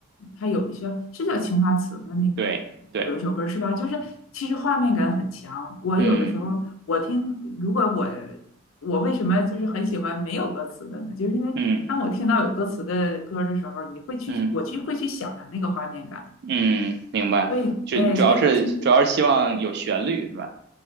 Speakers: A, on the left; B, on the right.
A: 他有一些是叫《青花瓷》的那个有一首歌是吧？
B: 对对，
A: 就是其实画面感很强。我有的时候我听，
B: 嗯
A: 如果我我为什么就是很喜欢没有歌词的呢？就是因为当我听到有歌词的歌的时候，
B: 嗯
A: 你会去我去会去想它那个画面感。
B: 嗯嗯，明白。
A: 所以，
B: 就你主要是主要是希望有旋律是吧？
A: 哎，所以他清